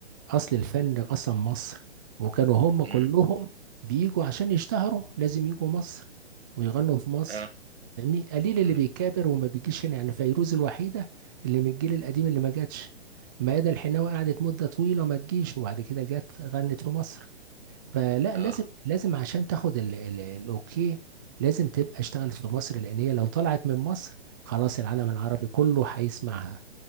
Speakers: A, on the right; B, on the right.
A: أصل الفن أصلا مصر وكانوا هم كلهم
B: امم
A: بيجوا عشان يشتهروا لازم يجوا مصر ويغنوا في مصر
B: اه
A: يعني قليل اللي
B: امم
A: بيكابر وما بيجيش هنا يعني فيروز الوحيدة اللي من الجيل القديم اللي ما جاتش ميادة الحناوي قعدت مدة طويلة ما تجيش وبعد كده جت غنت في مصر فلا
B: اه
A: لازم لازم عشان تاخد ال ال الاوكي لازم تبقى اشتغلت في مصر لان هي لو طلعت من مصر خلاص العالم العربي كله هيسمعها